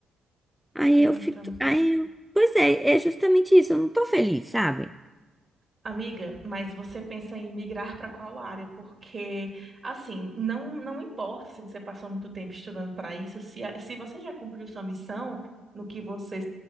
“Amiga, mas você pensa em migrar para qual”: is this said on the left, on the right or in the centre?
Right